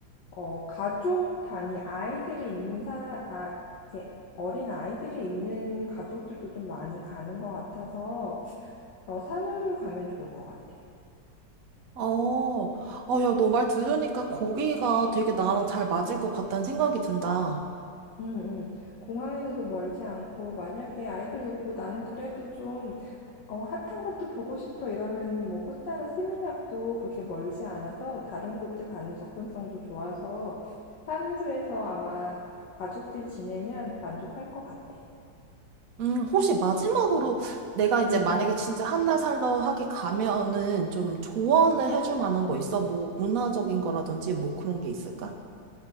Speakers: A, on the left; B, on the right.
A: 어, 가족 단위 아이들이 있는 사람, 아, 이렇게 어린 아이들이 있는 가족들도 좀 많이 가는 것 같아서 어, 산후로 가면 좋을 것 같아.
B: 어, 어, 야, 너 말 들으니까 거기가 되게 나랑 잘 맞을 것 같다는 생각이 든다.
A: 음, 음. 공항에서도 멀지 않고 만약에 아이들 놓고 나는 그래도 좀 어, 핫한 것도 보고 싶어 이러면은 뭐 꾸따나 스미냑도 그렇게 멀지 않아서 다른 곳들 가는 접근성도 좋아서 산후루에서 아마 가족들 지내면 만족할 것 같아.
B: 음, 혹시 마지막으로 내가 이제
A: 음.
B: 만약에 진짜 한 달 살러 하게 가면은 좀 조언을 해줄 만한 거 있어? 뭐 문화적인 거라든지 뭐 그런 게 있을까?